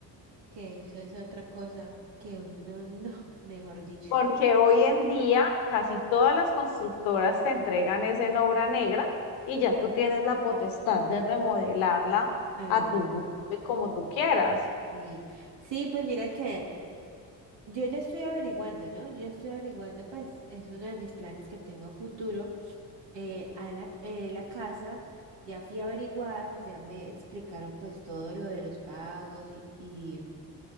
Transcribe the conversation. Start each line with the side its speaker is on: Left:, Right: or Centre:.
Right: que eso es otra cosa que uno, no, mejor dicho,
Left: porque hoy en día casi todas las constructoras te entregan es en obra negra y ya tú tienes la potestad de remodelarla
Right: al
Left: a
Right: gusto.
Left: tu gusto y
Right: Mm.
Left: como tú quieras.
Right: Sí, sí, pues mira que yo ya estoy averiguando, ¿no? Yo ya estoy averiguando, pues es uno de mis planes que tengo a futuro. eh, a la, eh, la casa, ya fui a averiguar, ya me explicaron pues todo lo de los pagos y, y